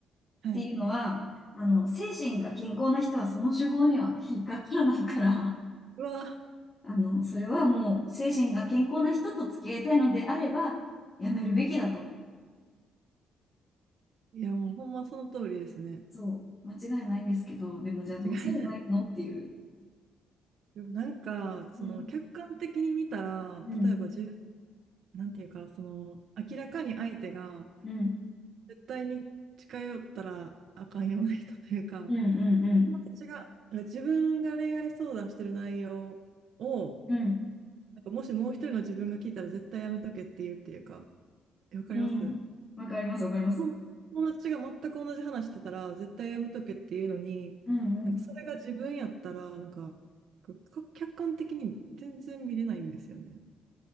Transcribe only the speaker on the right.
はい。
うわ、
いや、もうほんまその通りですね。
間違いない。でもなんか、その、
客観的に見たら、
例えばなんていうか、その、明らかに相手が、
絶対に近寄ったらあかんような人というか、
友達が、自分が恋愛相談してる内容を、な
んかもしもう一人の自分が聞いたら絶対やめとけっていうっていうか、えわかります
友友達が全く同じ話してたら、
絶対やめとけっていうのに、
なんかそれが自分やったら、なんか、こうか客観的に全然見れないんですよね。っ